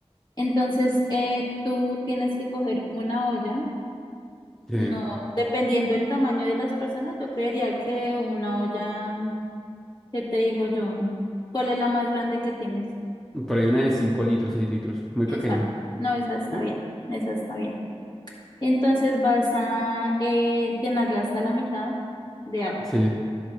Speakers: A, on the left (about 40°); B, in the centre.
A: Entonces, eh, tú tienes que coger una olla.
B: Sí.
A: No, dependiendo del tamaño de las personas, yo creería que una olla, mm, ¿qué te digo yo? ¿Cuál es la más grande que tienes?
B: Por ahí una de cinco litros, seis litros, muy
A: Esa.
B: pequeña.
A: No, esa está
B: Sí.
A: bien. Esa está bien. Entonces vas a eh, llenarla hasta la mitad de agua
B: Sí.